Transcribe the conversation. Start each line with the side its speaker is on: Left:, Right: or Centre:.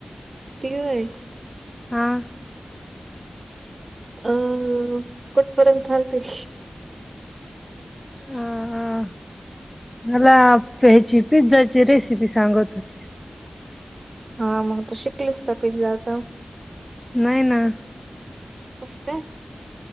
Right: ती व्हय.
Left: हां
Right: अं कुठपर्यंत आलती.
Left: अ मला ह्याची पिझ्झाची रेसिपी सांगत होतीस.
Right: हा मग त शिकलीस का पिझ्झा आता.
Left: नाही ना
Right: नस का <unintelligible>